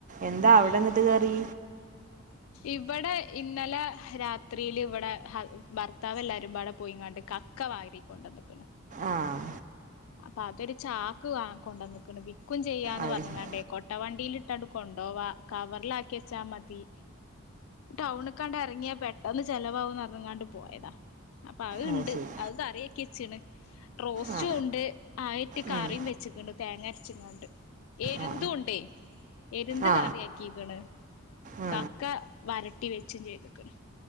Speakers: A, on the right; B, on the left.
A: എന്താ
B: ഉം
A: അവിടെന്നിട്ട് കറി
B: ഇവിടെ ഇന്നലെ രാത്രിയില് ഇവിടെ ഹസ് ഭർത്താവല്ലൊരുപാടെ പോയിങ്ങാണ്ട് ക ക്ക വാരി കൊണ്ടന്നിക്കണ്
A: ആഹ്
B: അപ്പൊതൊരു ചാക്ക് വാ കൊണ്ടന്നക്കണ് വിക്കു ചെയ്യാന്ന്
A: അത്
B: പറഞ്ഞുകാണ്ടേ
A: ശ-
B: കൊട്ട വണ്ടിലിട്ട കൊണ്ടോവാ കവറിലാക്കി വെച്ചാമതി ടൗണകാണ്ട് എറങ്ങിയാ പെട്ടന്ന് ചെലവാവുന്നറഞ്ഞ്ങ്ങാണ്ട് പോയതാ അപ്പൊ അഹ്ണ്ട്
A: അത് ശരി
B: അഹ് കറിയക്കിവെച്ചണ് റോസ്റ്റുണ്ട്
A: ആ
B: ആയിട്ട് കറിയും
A: ഉം,
B: വെച്ചിക്കണ്ട് തേങ്ങരച്ചിങ്ങാണ്ട് എരുന്തുണ്ടേ
A: ആ
B: എരുന്ത്
A: ആ
B: കറിയക്കിക്കണ്
A: ആ
B: കക്ക വരട്ടി വെച്ചുചെയ്തുക്കണ്